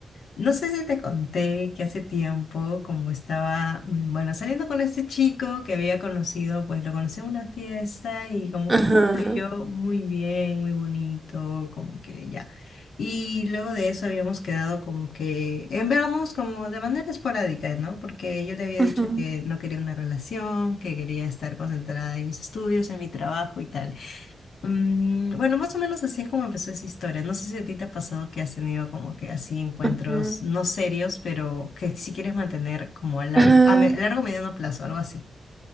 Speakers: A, on the left (about 80°); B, on the right (about 15°).
A: No sé si te conté que hace tiempo, como estaba, mm, bueno, saliendo con este chico que había conocido, pues lo conocí en una fiesta y como
B: Ajá,
A: que todo fluyó muy bien, muy bonito, como que ya. Y luego de eso habíamos quedado como que en vernos como de manera esporádica, ¿no? Porque yo le había
B: ajá,
A: dicho que no quería una relación, que quería estar concentrada en mis estudios, en mi trabajo y tal. Mm, bueno, más o menos así es como empezó esa historia. No sé si a ti te ha pasado que has tenido como que así encuentros
B: ajá,
A: no serios, pero que si quieres mantener como a largo,
B: ajá.
A: a, me- a largo mediano plazo, algo así.